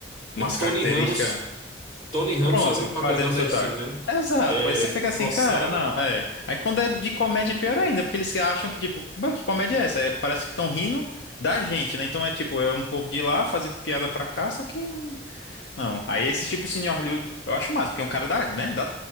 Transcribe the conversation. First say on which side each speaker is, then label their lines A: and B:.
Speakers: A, on the left; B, on the left.
A: umas
B: É Tony
A: características,
B: Ramos, Tony Ramos
A: pronto,
B: fazendo papel
A: fazendo
B: nordestino,
A: sotaque.
B: né?
A: Exato,
B: É
A: aí você fica
B: forçado.
A: assim, cara, não, é. Aí quando é de comédia, é pior ainda, porque eles acham que, tipo, "Bah, que comédia é essa? É, parece que estão rindo da gente, né? Então é tipo, é um povo de lá fazendo piada pra cá, só que não. Aí esse tipo assim, de senhor Liu, eu acho massa, porque é um cara da, né, da,